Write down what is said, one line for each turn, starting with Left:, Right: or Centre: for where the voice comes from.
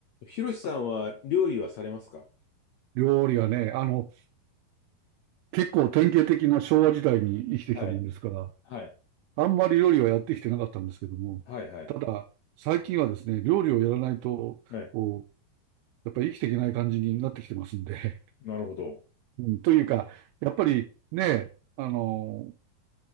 Left: ひろしさんは料理はされますか
Right: 料理はね、あの、結構典型的な昭和時代に生きてきたもんですから、
Left: はい、はい、
Right: あんまり料理はやってきてなかったんですけども、
Left: はいはい。
Right: ただ、最近はですね、料理をやらないと、
Left: はい。
Right: おやっぱり生きていけない感じになってきてますんで、
Left: なるほど。
Right: <laughs> うん、というか、やっぱりね、あの、